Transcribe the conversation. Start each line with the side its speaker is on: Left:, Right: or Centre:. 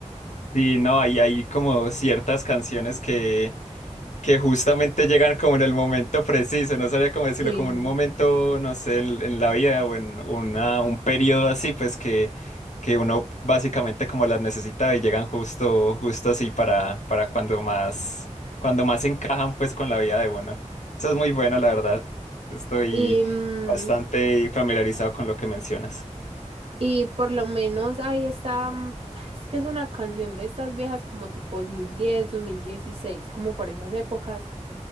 Left: Sí, no, hay, hay como ciertas canciones que, que justamente llegan como en el momento preciso, no sabría cómo decirlo,
Right: Sí.
Left: como en un momento, no sé, en, en la vida o en una, un periodo así, pues que, que uno básicamente como las necesita y llegan justo, justo así para, para cuando más, cuando más encajan pues con la vida de uno. Eso es muy bueno, la verdad. Estoy
Right: Y, mm,
Left: bastante familiarizado con lo que mencionas.
Right: Y por lo menos ahí está, mm, ay, es que es una canción de estas viejas como tipo dos dos mil diez dos mil dieciséis como por esas épocas,